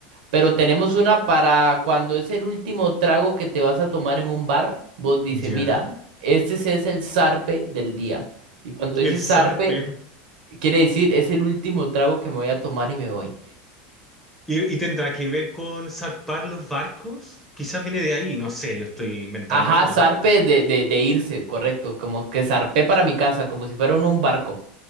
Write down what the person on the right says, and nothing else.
Pero tenemos una para cuando es el último trago que te vas a tomar en un bar, vos dices,
mira, este sí es el zarpe del día. Y cuando dices
zarpe, quiere decir es el último trago que me voy a tomar y me voy.
Ajá,
zarpe de, de, de irse, correcto. Como que zarpé para mi casa, como si fuera en un barco.